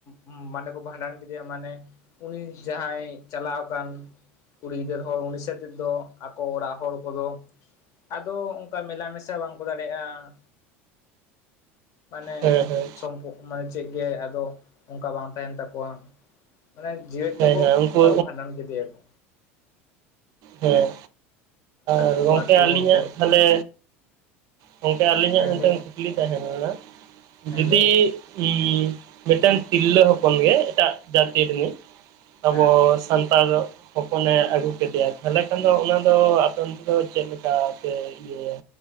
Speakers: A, on the left; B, on the right.
A: ᱢᱟᱱᱮ ᱠᱚ ᱵᱷᱟᱸᱰᱟᱱ ᱠᱮᱫᱮᱭᱟ ᱢᱟᱱᱮ ᱩᱱᱤ ᱡᱟᱦᱟᱸᱭ ᱪᱟᱞᱟᱣ ᱠᱟᱱ ᱠᱩᱲᱤ ᱜᱤᱫᱟᱹᱨ ᱦᱚᱲ ᱩᱱᱤ ᱥᱟᱛᱮ ᱫᱚ ᱟᱠᱚ ᱚᱲᱟᱜ ᱦᱚᱲ ᱠᱚᱫᱚ ᱟᱫᱚ ᱚᱱᱠᱟ ᱢᱮᱞᱟ ᱢᱮᱥᱟ ᱵᱟᱝᱠᱚ ᱫᱟᱲᱮᱭᱟᱜᱼᱟ᱾ ᱢᱟᱱᱮ
B: ᱦᱮᱸ ᱦᱮᱸ
A: ᱥᱚᱢᱯᱚ ᱢᱟᱱᱮ ᱪᱮᱫ ᱜᱮ ᱟᱫᱚ ᱚᱱᱠᱟ ᱵᱟᱝ ᱛᱟᱦᱮᱱ ᱛᱟᱠᱚᱣᱟ᱾ ᱢᱟᱱᱮ ᱡᱮᱣᱮᱫ
B: ᱦᱮᱸ
A: ᱛᱮᱠᱚ
B: ᱦᱮᱸ ᱩᱱᱠᱩ
A: ᱚᱱᱠᱟ ᱵᱷᱟᱱᱰᱟᱱ ᱠᱮᱫᱮᱭᱟᱠᱚ᱾
B: ᱦᱮᱸ
A: ᱟᱹᱛᱩ
B: ᱟᱨ ᱜᱚᱝᱠᱮ
A: ᱟᱹᱛᱩ
B: ᱟᱹᱞᱤᱧᱟᱜ
A: ᱦᱚᱲ ᱠᱚ
B: ᱛᱟᱦᱞᱮ ᱜᱚᱝᱠᱮ ᱟᱹᱞᱤᱧᱟᱜ
A: ᱦᱮᱸ
B: ᱢᱤᱫᱴᱟᱝ
A: ᱞᱟᱹᱭ ᱢᱮ
B: ᱠᱩᱠᱞᱤ ᱛᱟᱦᱮ ᱞᱮᱱᱟ
A: ᱦᱮᱸ
B: ᱡᱩᱫᱤ
A: ᱞᱟᱹᱭ ᱵᱤᱱ
B: <unintelligible> ᱢᱤᱫᱴᱟᱝ ᱛᱤᱨᱞᱟᱹ ᱦᱚᱯᱚᱱ ᱜᱮ ᱮᱴᱟᱜ ᱡᱟᱹᱛᱤ ᱨᱤᱱᱤᱡ ᱟᱵᱚ
A: ᱦᱮᱸ
B: ᱥᱟᱱᱛᱟᱲ ᱦᱚᱯᱚᱱᱮ ᱟᱹᱜᱩ ᱠᱮᱫᱮᱭᱟ ᱛᱟᱦᱚᱞᱮ ᱠᱷᱟᱱ ᱫᱚ ᱚᱱᱟ ᱫᱚ ᱟᱯᱮ ᱚᱱᱛᱮ ᱫᱚ ᱪᱮᱫ ᱞᱮᱠᱟ ᱯᱮ ᱤᱭᱟᱹᱭᱟ?